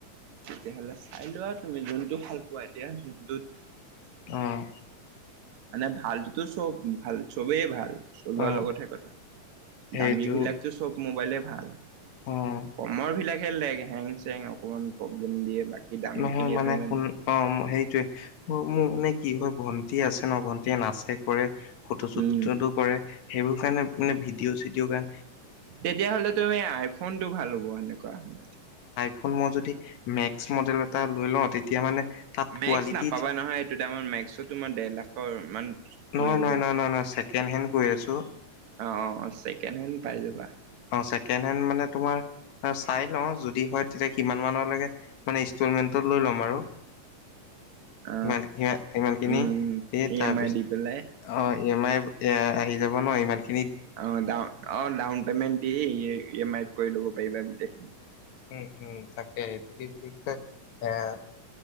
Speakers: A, on the right; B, on the left.
A: তেতিয়াহ'লে চাই লোৱা আৰু তুমি যোনটো ভাল পোৱা এতিয়া যোনটোত
B: অহ
A: মানে ভালতোটো চব ভাল -চবেই ভাল। চলোৱাৰ
B: অ
A: লগতহে কথা
B: সেইটো
A: দামী বিলাকতো চব মোবাইলে ভাল।
B: অ
A: কমৰ বিলাকহে লেগ হেং চেং অকমান প্ৰব্লেম দিয়ে বাকী দামী
B: নহয়
A: খিনিয়েতো
B: মানে
A: ইমান
B: শুন অ' সেইটোৱে মোৰ মানে কি হয় ভন্টি আছে ন' ভন্টিয়ে নাচে কৰে ফটোশ্বুটজনটো
A: উম
B: কৰে সেইবোৰ কাৰণে মানে ভিডিঅ'- চিডিঅ গান
A: তেতিয়াহলে তুমি আইফোনটো ভাল হ'ব সেনেকুৱা হলে
B: ফোন মই যদি মেক্স মডেল এটা লৈ লও তেতিয়া মানে তাত কোৱালিটিত
A: মেক্স নাপাবা নহয় এইটো দামৰ মেক্স টো তোমাৰ দেৰ লাখৰ মান পৰিবগৈ
B: নহয়- নহয় নহ -নহ -নহ ছেকেণ্ড হেণ্ড কৈ আছো।
A: অহ, ছেকেণ্ড হেণ্ড পাই যাবা।
B: অ ছেকেণ্ড হেণ্ড মানে তোমাৰ চাই লওঁ যদি হয় তেতিয়া কিমান মানৰ লৈকে মানে ইষ্টলমেন্ট লৈ লম আৰু
A: অ
B: <inaudible> ইমান- ইমানখিনি
A: উম
B: দি
A: ই
B: তাৰপিছত
A: এম আই দি পেলাই
B: অহ। ই এম আই এ আহি যাব ন' ইমান খিনি
A: অহ, ডা অ'ডাউন পেমেন্ট দি ইয়ে এম আইত কৰি ল'ব পাৰিবা গোটেই।
B: উম -উম তাকে এইটো কি বুলি কয় এ'